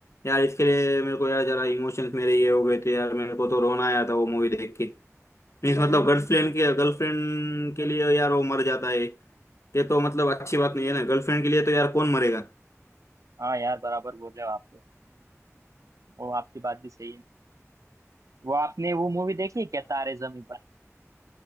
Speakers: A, on the left; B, on the right.
A: यार इसके लिए मेरे को यार जरा इमोशंस मेरे ये हो गए थे यार मेरे को तो रोना आया था वो मूवी देख के मीन्स मतलब गर्लफ्रेंड के गर्लफ्रेंड के लिए यार वो मर जाता है ये तो मतलब अच्छी बात नहीं है ना गर्लफ्रेंड के लिए तो यार कौन मरेगा
B: हाँ यार बराबर बोल रहे हो आप तो। वो आपकी बात भी सही है वो आपने वो मूवी देखी है क्या तारे जमीन पर